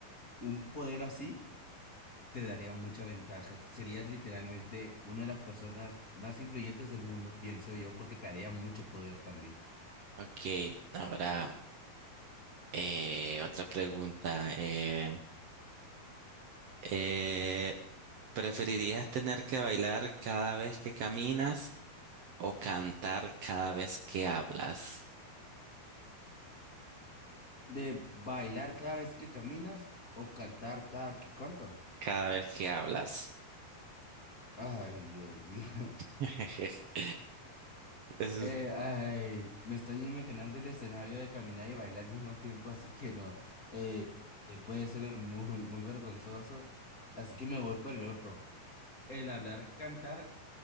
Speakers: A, on the left; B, on the right.
A: Un poder así te daría mucha ventaja. Serías literalmente una de las personas más influyentes del mundo, pienso yo, porque te daría mucho poder también.
B: Ok, ahora eh, otra pregunta. eh, eh, ¿preferirías tener que bailar cada vez que caminas o cantar cada vez que hablas?
A: ¿De bailar cada vez que caminas o cantar cada que cuánto?
B: Cada vez que hablas.
A: Ay, Dios mío.
B: <laughs>
A: <laughs>
B: Eso
A: Eh,
B: es-
A: ay, me estoy imaginando el escenario de caminar y bailar al mismo tiempo, así que no. Eh, eh, puede ser muy, muy vergonzoso. Así que me voy por el otro. El hablar, cantar